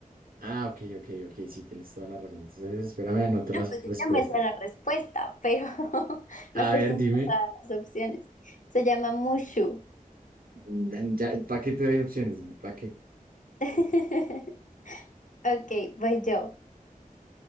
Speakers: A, on the right; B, on the left.
A: Ah, ok, ok, ok. Sí, tienes toda la razón. Entonces, espérame, anoto
B: No,
A: las
B: pues
A: respuestas.
B: yo ya me sé la respuesta, pero <laughs>
A: A
B: no sé
A: ver,
B: si
A: dime.
B: me vas a dar las opciones. Se llama Mushu.
A: Mm, Ya, ¿para qué te doy opciones? ¿Para qué?
B: <laughs> Ok, voy yo.